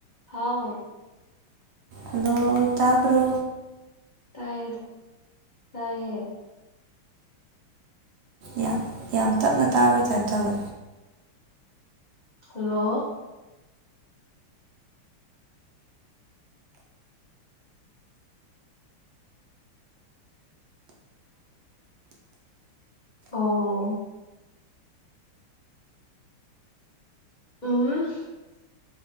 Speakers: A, on the left; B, on the right.
A: ꯍꯥꯎ
B: ꯍꯜꯂꯣ ꯇꯥꯕ꯭ꯔꯣ
A: ꯇꯥꯏꯌꯦ ꯇꯥꯏꯌꯦ
B: ꯌꯥꯝ ꯌꯥꯝ ꯇꯞꯅ ꯇꯥꯕꯩꯇꯥ ꯇꯧꯋ
A: ꯍꯜꯂꯣ ꯑꯥꯎ ꯎꯝ